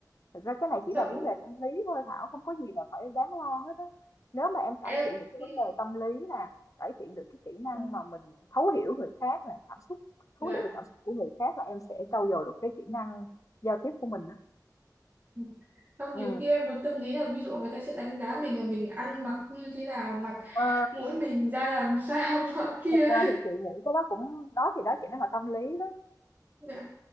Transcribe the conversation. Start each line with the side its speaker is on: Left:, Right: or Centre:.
Left: Thực ra cái này chỉ
Right: xong
Left: là vấn đề tâm lý thôi Thảo, không có gì là phải đáng lo hết á. Nếu mà em cải
Right: em
Left: thiện được cái
Right: ừ,
Left: vấn đề tâm lý nè, cải thiện được cái kỹ năng
Right: ừ,
Left: mà mình thấu hiểu người khác nè, cảm xúc,
Right: dạ
Left: thấu hiểu được cảm xúc của người khác là em sẽ trau dồi được cái kỹ năng giao tiếp của mình đó.
Right: Ừ. Không,
Left: Ừ.
Right: nhiều khi em còn tâm lý là ví dụ người ta sẽ đánh giá mình là mình ăn mặc như thế nào, mặt
Left: Ờ,
Right: mũi mình ra làm sao <laughs> nọ kia.
Left: thực ra thì chị nghĩ cái đó cũng đó thì đó chỉ nó là tâm lý đó.
Right: Dạ.